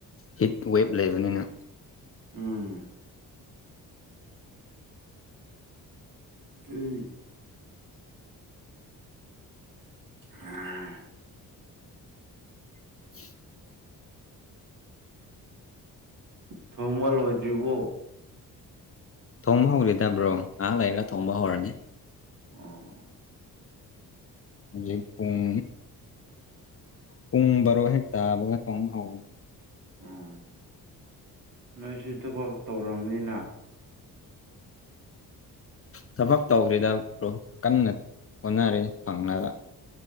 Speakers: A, on the left; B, on the right.
A: ꯍꯤꯠ ꯋꯦꯕ ꯂꯩꯕꯅꯤꯅ
B: ꯎꯝ ꯑꯩ <unintelligible>
A: <inaudible>
B: ꯊꯣꯡꯕ ꯂꯣꯏꯗ꯭ꯔꯤꯕꯣ
A: ꯊꯣꯡꯕ ꯍꯧꯈꯤꯗꯕ꯭ꯔꯣ ꯉꯥꯏꯍꯥꯛ ꯂꯩꯔꯒ ꯊꯣꯡꯕ ꯍꯧꯔꯅꯤ
B: ꯎꯝ
A: ꯍꯧꯖꯤꯛ ꯄꯨꯡ ꯄꯨꯡ ꯕꯔꯣ ꯍꯦꯛ ꯇꯥꯕꯒ ꯊꯣꯡꯕ ꯍꯧꯒꯅꯤ
B: ꯎꯝ ꯅꯣꯏꯁꯨ ꯊꯕꯛ ꯇꯧꯔꯝꯅꯤꯅ
A: ꯊꯕꯛ ꯇꯧꯗ꯭ꯔꯤꯗ ꯕ꯭ꯔꯣ ꯀꯟꯅ ꯑꯣꯟꯅꯔꯦ ꯐꯪꯂꯥꯗ